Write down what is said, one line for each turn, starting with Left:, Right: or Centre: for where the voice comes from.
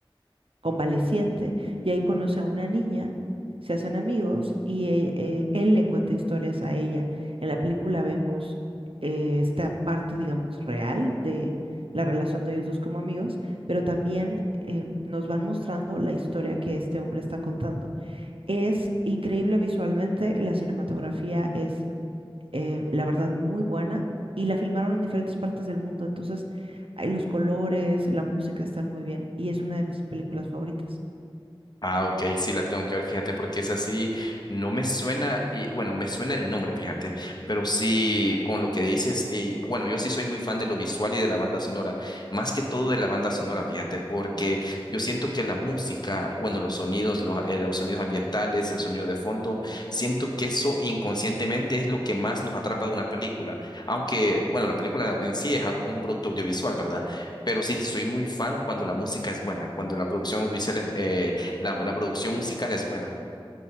Right: convaleciente y ahí conoce a una niña, se hacen amigos y e- eh, él le cuenta historias a ella. En la película vemos eh, esta parte, digamos, real de la relación de ellos dos como amigos, pero también em, nos van mostrando la historia que este hombre está contando es increíble visualmente, la cinematografía es, eh, la verdad, muy buena y la filmaron en diferentes partes del mundo, entonces ay, los colores, la música están muy bien y es una de mis películas favoritas.
Left: Ah, ok, sí la tengo que ver, fíjate, porque es así, no me suena, y bueno, me suena el nombre, fíjate, pero sí, con lo que dices, y bueno, yo sí soy muy fan de lo visual y de la banda sonora, más que todo de la banda sonora, fíjate, porque yo siento que la música, bueno, los sonidos, los, eh, los sonidos ambientales, el sonido de fondo, siento que eso inconscientemente es lo que más nos atrapa de una película, aunque, bueno, la película en sí es au- un producto audiovisual, ¿verdad? Pero sí, soy muy fan cuando la música es buena, cuando la producción audiovisual es, eh, la, la producción musical es buena.